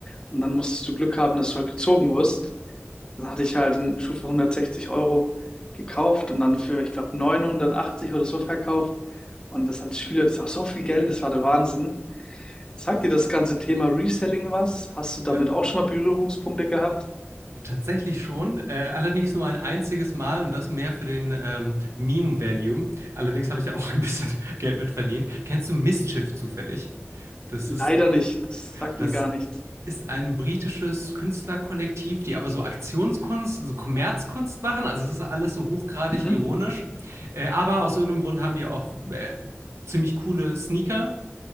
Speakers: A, on the left; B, on the right.
A: und dann musstest du Glück haben, dass du halt gezogen wirst. Dann hatte ich halt den Schuh für hundertsechzig Euro gekauft und dann für, ich glaube, 980 oder so verkauft. Und das als Schüler, das war so viel Geld, das war der Wahnsinn. Sagt dir das ganze Thema Reselling was? Hast du damit
B: Ähm,
A: auch schon mal Berührungspunkte gehabt?
B: Tatsächlich schon, äh, allerdings nur ein einziges Mal und das mehr für den ähm, Meme-Value. Allerdings habe ich ja auch ein bisschen <laughs> Geld mit verdient. Kennst du Mischief zufällig? Das
A: Leider
B: ist,
A: nicht. Das sagt
B: das
A: mir gar nichts.
B: ist ein britisches Künstlerkollektiv, die aber so Aktionskunst, so Kommerzkunst machen. Also es ist alles so hochgradig
A: Mhm.
B: ironisch. Äh, aber aus irgendeinem Grund haben die auch äh, ziemlich coole Sneaker